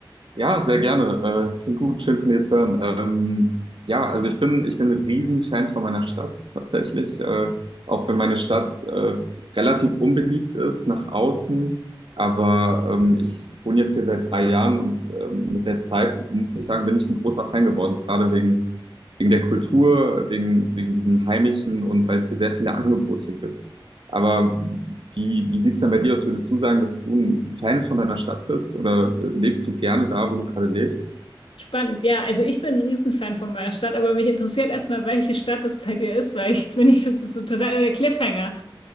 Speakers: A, on the right; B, on the left.
A: Ja, sehr gerne. Äh, Es klingt gut, schön von dir zu hören. Ähm, ja, also ich bin, ich bin ein Riesenfan von meiner Stadt tatsächlich. Äh, auch wenn meine Stadt äh, relativ unbeliebt ist nach außen. Aber ähm, ich wohne jetzt hier seit drei Jahren und ähm, mit der Zeit, muss ich sagen, bin ich ein großer Fan geworden. Gerade wegen, wegen der Kultur, wegen, wegen diesem Heimischen und weil es hier sehr viele Angebote gibt. Aber wie, wie sieht es denn bei dir aus? Würdest du sagen, dass du ein Fan von deiner Stadt bist oder äh, lebst du gerne da, wo du gerade lebst?
B: Spannend, ja. Also ich bin ein Riesenfan von meiner Stadt, aber mich interessiert erstmal, welche Stadt es bei dir ist, weil jetzt bin ich so, so, so total der Cliffhanger.